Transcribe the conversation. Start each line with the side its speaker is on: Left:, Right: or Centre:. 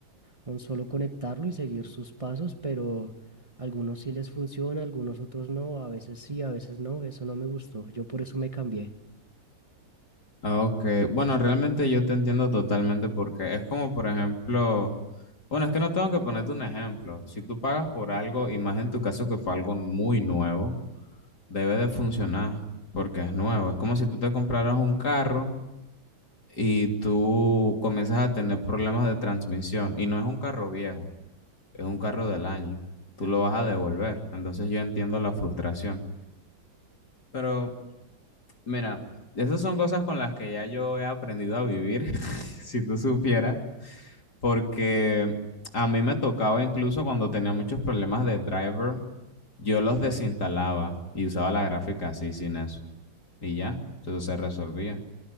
Right: con solo conectarlo y seguir sus pasos, pero algunos sí les funciona, algunos otros no, a veces sí, a veces no, eso no me gustó, yo por eso me cambié.
Left: Ah, Ok, bueno, realmente yo te entiendo totalmente porque es como, por ejemplo, bueno, es que no tengo que ponerte un ejemplo. Si tú pagas por algo, y más en tu caso que fue algo muy nuevo, debe de funcionar porque es nuevo. Es como si tú te compraras un carro y tú comienzas a tener problemas de transmisión y no es un carro viejo, es un carro del año. Tú lo vas a devolver. Entonces yo entiendo la frustración. Pero mira, esas son cosas con las que ya yo he aprendido a vivir. <laughs> Si tú supieras. porque a mí me tocaba incluso cuando tenía muchos problemas de driver, yo los desinstalaba y usaba la gráfica así sin eso. Y ya, eso se resolvía.